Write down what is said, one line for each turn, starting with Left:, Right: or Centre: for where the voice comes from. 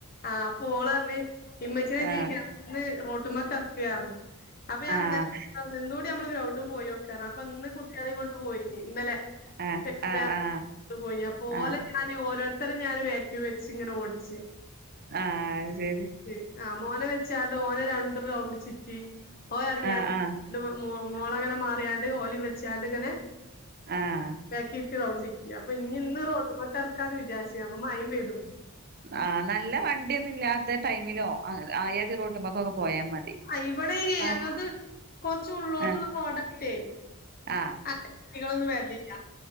Left: അപ്പോളറഞ്ഞു ഇമ്മച്ചിനെഞ്ഞീ
Right: ആഹ്
Left: ഗ്രൗണ്ടിന്ന് റോട്ട്മക്കറക്ക്ഞ്ഞീ അപ്പൊ ഞാൻന്ന്ഞ്ഞു
Right: ആഹ്
Left: ന്നൂടി നമ്മള് ഗ്രൗണ്ടിൽ പോയോക്ക അപ്പൊന്ന് കുട്ട്യാളെ കൊണ്ട് പോയിന് ഇന്നലെ
Right: ആഹ്
Left: <unintelligible>
Right: ആഹ് ആഹ്
Left: അപ്പൊ ഓലെ
Right: ആഹ്
Left: ഞാൻ ഓരോ ഇത്തരം ഞാൻ വേക്ക് വെച്ച്ങ്ങനെ ഓടിച്ച്
Right: ആഹ് ശരി
Left: റ്റി ആഹ് മോനെ വെച്ചാണ്ട് ഓനെ രണ്ട് റൗണ്ട് ചുറ്റി ഓ എറങ്ങിയാ
Right: ആഹ് ആഹ്
Left: ലോ മോ മോളങ്ങനെ മാറിയാണ്ട് ഓലി വെച്ചാണ്ട് ഇങ്ങനെ
Right: ആഹ്
Left: ബേക്കിലിരി റൗണ്ടിറ്റി അപ്പൊഞ്ഞി ഇന്ന് റൊട്മക്കാർക്കാന്ന് വിചാരിച് അപ്പൊ മയിം പെയ്തു
Right: ആഹ് നല്ല വണ്ടിയൊന്നും ഇല്ലാത്ത ടൈമിലോ ആയാതിറോട്ടുമക്കക്കെ പോയാൽ മതി
Left: ആ ഇവിടെയ്നി
Right: ആഹ്
Left: ഞങ്ങക്ക് കൊറച്ച് ഉള്ളോട്ടുള്ള
Right: ആഹ്
Left: റോടായിട്ടെ
Right: ആഹ്
Left: അഹ് വണ്ടികളൊന്നും വരലില്ല